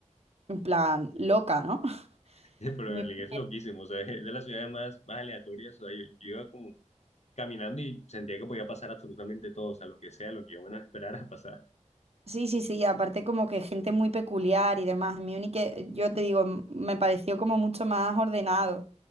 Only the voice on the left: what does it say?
<laughs> Pero Berlín
es loquísimo, o sea, es de las ciudades más, más aleatorias. O sea, yo, yo iba como caminando y sentía que podía pasar absolutamente todo, o sea, lo que sea, lo que yo menos esperara pasar.